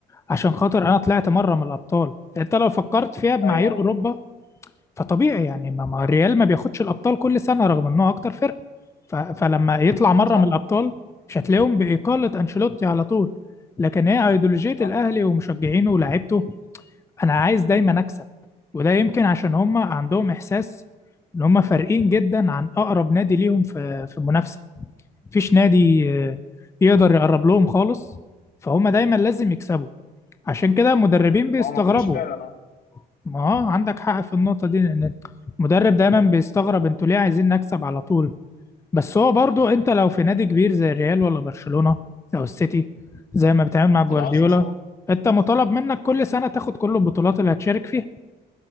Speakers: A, on the left; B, on the left.
A: عشان خاطر انا طلعت مره من الابطال انت لو فكرت فيها بمعايير
B: ايوه
A: اوروبا فطبيعي يعني ما ما الريال ما بياخدش الابطال كل سنه رغم ان هو اكتر فرقه ف- فلما يطلع مره
B: صح
A: من الابطال مش هتلاقيهم باقاله انشيلوتي على طول لكن هي ايديولوجيه
B: صح
A: الاهلي ومشجعينه ولاعيبته انا عايز دايما اكسب وده يمكن عشان هم عندهم احساس ان هم فارقين جدا عن اقرب نادي ليهم في في المنافسه مفيش نادي آه، يقدر يقرب لهم خالص فهم دايما لازم يكسبوا عشان كده المدربين بيستغربوا
B: هو ما فيش فعلا اه
A: ما اه عندك حق في النقطه دي لان المدرب دايما بيستغرب انتوا ليه عايزين نكسب على طول بس هو برضو انت لو في نادي كبير زي الريال ولا برشلونه او السيتي زي ما بتعمل مع
B: هتبقى
A: جوارديولا
B: عاوز تكسب أهو.
A: انت مطالب منك كل سنه تاخد كل البطولات اللي هتشارك فيها